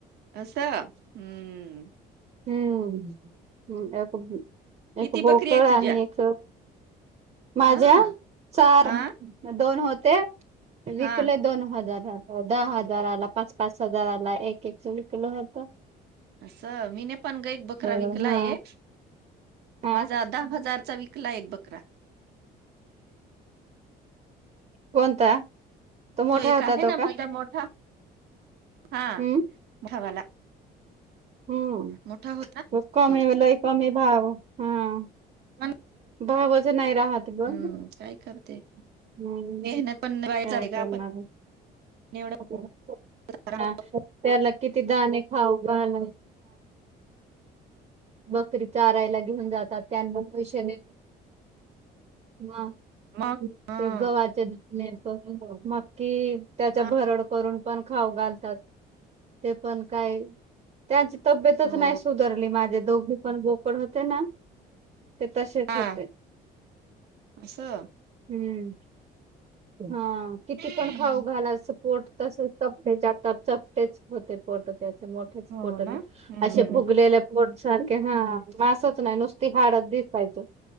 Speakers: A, on the right (about 75°); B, on the right (about 40°).
A: अस हम्म.
B: हम्म. एक एक
A: किती
B: बोकड
A: बकरी आहे
B: आणि
A: तुझ्या
B: एक माझ्या
A: हा
B: चार,
A: हा
B: दोन होत्या. विकले
A: हा
B: दोन हजार. दहा हजाराला पाच, पाच हजाराला एक, एक विकल होत.
A: अस मी न पण ग एक बकरा
B: हा
A: विकला आहे.
B: हा
A: माझा दहा हजारचा विकला एक बक अकरा.
B: कोणता? तो मोठा
A: एक
B: होता
A: आहे ना
B: तो का?
A: माझा मोठा हा
B: हम्म.
A: मोठावाला
B: हम्म.
A: मोठा होता
B: त कमी
A: तोच
B: लय कमी भाव. हम्म.
A: पण
B: भावाचं नाही राहत ग.
A: हम्म काय करते
B: हम्म
A: मेहनत पण वयच
B: काय
A: आहे
B: करणार
A: ग आपण. एवढं
B: <unintelligible>
A: आराम
B: हा त्याला किती दाणे खाऊ घालू बकरी चारायला घेऊन जातात त्यांना भविष्याने वा.
A: मग हं
B: ते गव्हाचे दणे पण मगकी त्याचा
A: हा
B: भरड करून पण खाऊ घालतात ते पण काय त्याच तब्येतच
A: हो
B: नाही सुधरली माझे दोघी पण <unintelligible> होते ना ते तसेच
A: हा
B: होते
A: असं
B: हम्म हा किती पण
A: हम्म.
B: खाऊ घालायचं पोट तसे चपटे जातात चपटेच होते फोटो त्यात मोठे
A: हो
B: पोट
A: ना हम्म
B: असे फुगलेल्या पोट सारखे हा मासच नाही नुसत ति हाडत दिसायचं